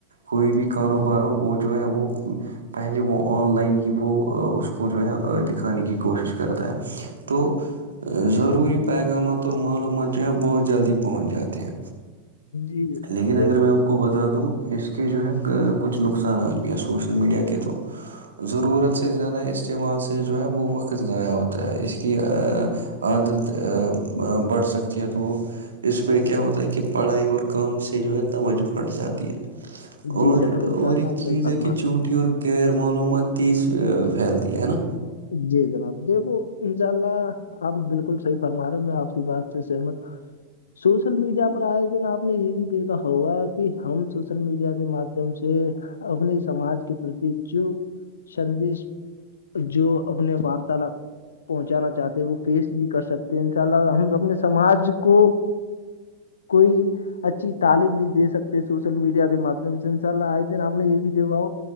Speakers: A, on the right (about 70°); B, on the left (about 70°).
A: کوئی بھی کاروبار وہ جو ہے وہ پہلے وہ آن لائن ہی وہ اس کو جو ہے دکھ کھانے کی کوشش کرتا ہے تو ضروری پیغامات اور معلومات جو ہے بہت جلدی پہنچ جاتی ہے
B: جی دیکھو
A: لیکن اگر میں آپ کو بتا دوں اس کے جو ہے کچھ نقصانات بھی ہے سوشل میڈیا کے تو ضرورت سے زیادہ استعمال سے جو ہے وہ وقت ضاع ہوتا ہے اس کی عادت بڑھ سکتی ہے تو وہ اس میں کیا ہوتا ہے کہ پڑھائی اور کام سے جو ہے توجہ ہھٹ جاتی ہے
B: جی
A: اور
B: جناب
A: اور
B: اللہ
A: ایک
B: آپ
A: چیز
B: صحیح فرما
A: ہے کہ
B: رہے
A: جھوٹی
B: ہیں
A: اور غیر معلومات تیز پھیلتی ہے نا
B: جی جناب دیکھو انشاء اللہ آپ بالکل صحیح فرما رہے ہو میں آپ کی بات سے سحمت سوشل میڈیا پر آئےیکن آپ نے یہ بھی دیکھا ہوگا کہ ہم سوشل میڈیا کے مادھیم سے اپنے سماج کے پرتی جو سندش جو اپنے وارتالاپ پہنچانا چاہتے ہیں وہ پیش بھی کر سکتے ہیں ان شاء اللہ ہم اپنے سماج کو کوئی اچھ اچھی تعلیم بھی دے سکتے ہیں سوشل میڈیا کے مادھیم سے انشاء اللہ آئے دن آپ نے یہ بھی دیکھا